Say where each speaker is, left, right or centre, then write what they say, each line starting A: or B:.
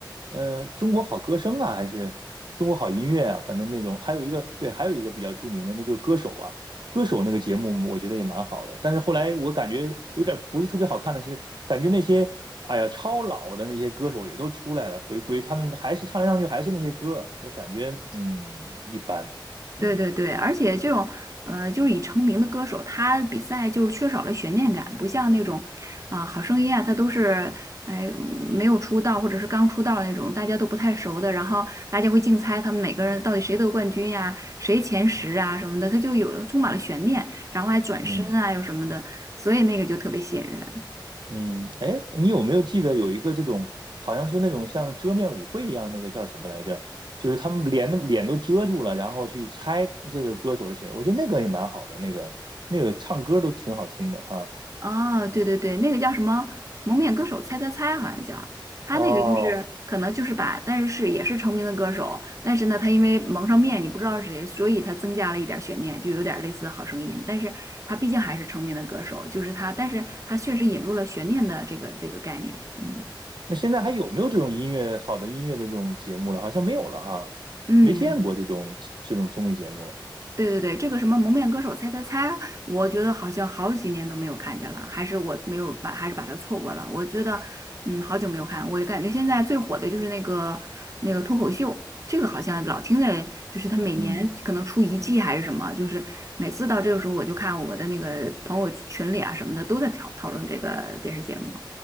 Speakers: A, on the right; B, on the right.
A: 呃，中国好歌声啊，还是中国好音乐啊，反正那种，还有一个对，还有一个比较著名的，那就是歌手啊，歌手那个节目我觉得也蛮好的，但是后来我感觉有点不是特别好看的是，感觉那些哎呀超老的那些歌手也都出来了回归，他们还是唱来唱去还是那些歌儿就感觉嗯一般，
B: 对对对，
A: 嗯。
B: 而且这种，呃，就是已成名的歌手，他比赛就是缺少了悬念感，不像那种，啊、好声音啊，他都是，哎，没有出道或者是刚出道的那种，大家都不太熟的，然后大家会竞猜他们每个人到底谁得冠军呀、谁前十啊什么的，他就有充满了悬念，然后还转身啊又什么的，
A: 嗯，
B: 所以那个就特别吸引人。
A: 嗯，哎，你有没有记得有一个这种，好像是那种像遮面舞会一样，那个叫什么来着？就是他们脸都脸都遮住了，然后去猜这个歌手是谁。我觉得那个也蛮好的，那个那个唱歌都挺好听的哈。
B: 哦，对对对，那个叫什么《蒙面歌手猜猜猜》，好像叫他那个，
A: 哦，
B: 就是可能就是把，但是是也是成名的歌手，但是呢，他因为蒙上面，你不知道是谁，所以他增加了一点儿悬念，就有点儿类似《好声音》，但是他毕竟还是成名的歌手，就是他，但是他确实引入了悬念的这个这个概念，嗯
A: 那现在还有没有这种音乐好的音乐的这种节目了？好像没有了哈，
B: 嗯，
A: 没见过这种这种综艺节目了。
B: 对对对，这个什么《蒙面歌手猜猜猜》，我觉得好像好几年都没有看见了，还是我没有把，还是把它错过了。我觉得，嗯，好久没有看，我感觉现在最火的就是那个那个脱口秀，这个好像老听着，就是他每年可能出一季还是什么，
A: 嗯，
B: 就是每次到这个时候我就看我的那个朋友群里啊什么的都在讨讨论这个电视节目。